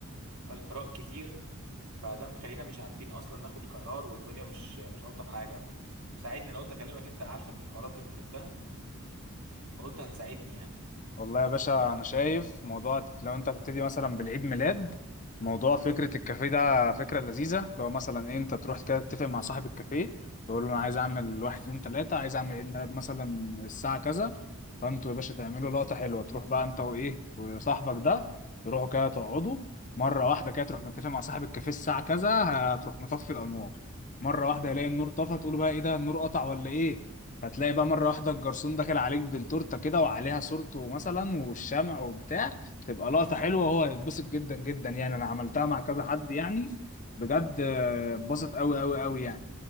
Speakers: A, on the right; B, on the left.
A: فالآراء كتير فده مخلينا مش عارفين اصلا ناخد قرار والدنيا مش مش ألطف حاجة ساعدني انا قلت اكلمك انت انا عارفك في الحوارات دي بتحبها فقلت هتساعدني يعني
B: والله يا باشا انا شايف موضوع لو انت هتبتدي مثلا بالعيد ميلاد موضوع فكره الكافيه ده فكره لذيذه لو مثلا إيه انت تروح كده تتفق مع صاحب الكافيه تقول له انا عايز اعمل واحد اتنين تلاته عايز اعمل عيد ميلاد مثلا الساعه كذا فانتوا يا باشا تعملوا لقطه حلوه تروح بقى انت وايه وصاحبك ده تروحوا كده تقعدوا مره واحده كده تروح متفق مع صاحب الكافيه الساعه كذا هتروح مطفي الانوار مره واحده يلاقي النور طفى تقول بقى ايه ده النور قطع ولا ايه هتلاقي بقى مرة واحدة الجرسون داخل عليك بالتورتة كده وعليها صورته مثلا والشمع وبتاع تبقى لقطة حلوة وهو يتبسط جدا جدا يعني أنا عملتها مع كذا حد يعني بجد آه، اتبسط أوي أوي أوي يعني